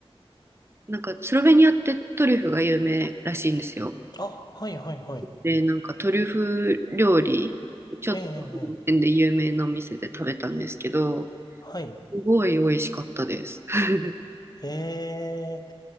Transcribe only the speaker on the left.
あ、はいはいはい。
ええ、ええ、ええはい。
ええ、